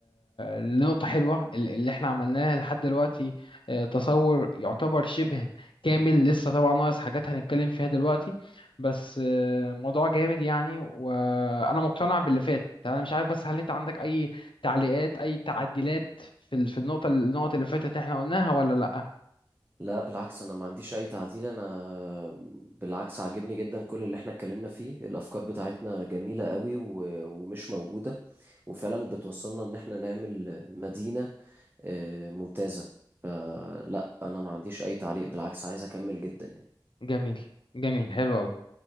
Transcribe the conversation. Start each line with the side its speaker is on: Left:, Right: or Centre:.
Left: لنقطه حلوه ال- اللي احنا عملناها لحد دلوقتي آه، تصور يعتبر شبه كامل لسه طبعا ناقص حاجات هنتكلم فيها دلوقتي بس آه، موضوع جامد يعني وانا مقتنع باللي فات انا مش عارف بس هل انت عندك اي تعليقات اي تعديلات في ال- في النقطه النقط اللي فاتت احنا قلناها ولا لا
Right: لا بالعكس انا ما عنديش اي تعديل انا بالعكس عاجبني جدا كل اللي احنا اتكلمنا فيه الافكار بتاعتنا جميلة قوي و... ومش موجودة وفعلا بتوصلنا ان احنا نعمل مدينة آه، ممتازة فلا انا ما عنديش اي تعليق بالعكس عايز اكمل جدا يعني
Left: جميل جميل حلو قوي